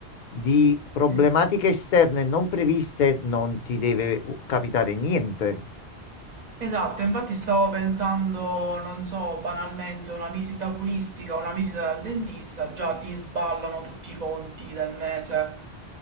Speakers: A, on the left; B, on the right.
A: di problematiche
B: sì.
A: esterne non previste non ti deve capitare niente.
B: Esatto, infatti stavo pensando, non so, banalmente una visita oculistica, una visita dal dentista, già ti sballano tutti i conti del mese.